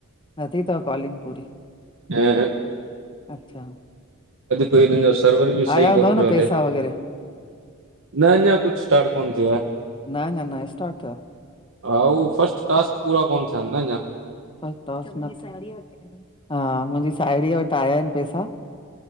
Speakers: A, on the left (about 25°); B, on the right (about 65°).
A: न थी थव कॉलिंग पूरी?
B: न, ह।
A: अच्छा,
B: कोई हिननि जो सर्वर बि
A: आया
B: सही
A: हूंदव
B: कोन
A: न
B: पियो हले
A: पैसा वग़ैरह?
B: न अञा कुछ स्टार्ट कोन थियो आ।
A: न अञा न स्टार्ट थियो,
B: हा हु फस्ट टास्क पूरा कोन थिया अन न अञा।
A: हा मुंहिंजी साहेड़ीअ वटि आया आहिनि पैसा।